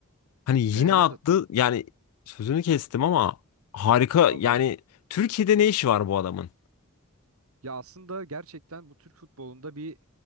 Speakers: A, on the left; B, on the right.
A: Hani yine
B: Ya evet.
A: attı.
B: evet.
A: Yani sözünü kestim ama harika.
B: Estağfurullah
A: Yani
B: abi.
A: Türkiye'de ne işi var bu adamın?
B: Ya aslında gerçekten bu Türk futbolunda bir